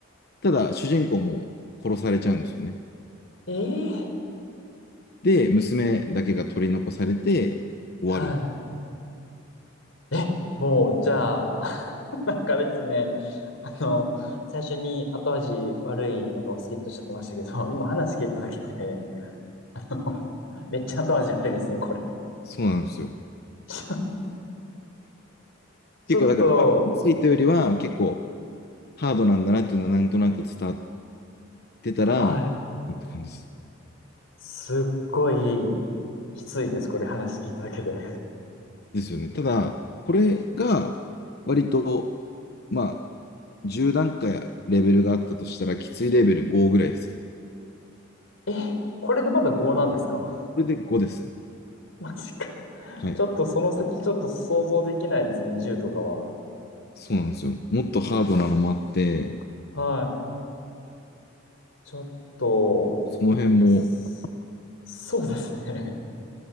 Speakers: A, on the left; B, on the left.
A: ただ、主人公も殺されちゃうんですよね。
B: えええ
A: で、娘だけが取り残されて終わる。
B: はい。え、もう、じゃあ、<laughs> なんかあれですね。あの、最初に後味悪いのがお好きっておっしゃってましたけど、<laughs> 今話聞いただけで、<laughs> あのめっちゃ後味悪いですね、これ。
A: そうなんですよ。
B: <laughs> ちょっと、
A: 結構だから、ついたよりは結構ハードなんだなっていうのはなんとなく伝わってたら、
B: はい。
A: って感じです。
B: すっごい、きついです、これ話聞いただけで。
A: ですよね。ただ、これが割と、まあ、10段階レベルがあったとしたら、きついレベル5ぐらいです。
B: え、これでまだ5なんですか
A: これで5ですね。
B: マジか。
A: はい。
B: ちょっとその先ちょっと想像できないですね、銃とかは。
A: そうなんですよ。もっとハードなのもあって、
B: はい。ちょっと、
A: その辺も面
B: そそうですね。